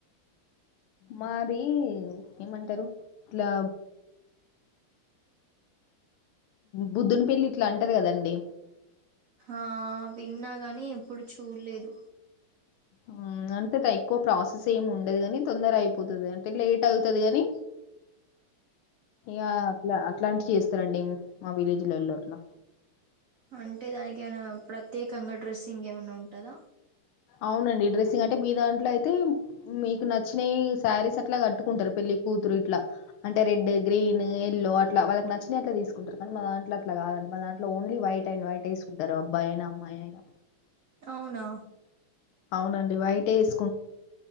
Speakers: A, on the left; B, on the right.
A: మాది ఏమంటరు ఇట్లా బుద్దుని పెళ్లి ఇట్ల అంటరు కదండి
B: ఆ విన్నా గాని ఎప్పుడు చూడలేదు.
A: ఊ అంతేత ఎక్కువ ప్రాసెస్ ఏం ఉండదు కాని తొందర అయిపోతది. అంటే లేట్ ఐతది కని ఇగ అట్ల అట్ అట్లాంటి చేస్తరండి మా విలేజ్లల్లో అట్ల
B: అంటే దానికి ఏమన్న ప్రత్యేకంగా డ్రెస్సింగ్ ఏమన్న ఉంటద?
A: అవునండి డ్రెస్సింగ్ అంటే మీ దాంట్లో అయితే మీకు నచ్చినయి సారీస్ అట్ల కట్టుకుంటరు పెళ్ళి కూతురు ఇట్లా అంటే రెడ్ గ్రీన్ ఎల్లో అట్లా వాళ్ళకి నచ్చినవి అట్లా తీసుకుంటారు కానీ మా దాంట్లో అట్లా కాదండి మా దాంట్లో ఓన్లీ వైట్ అండ్ వైట్ వేసుకుంటారు అబ్బాయి అయిన అమ్మాయి అయిన.
B: అవునా
A: అవునండి వైటే ఏస్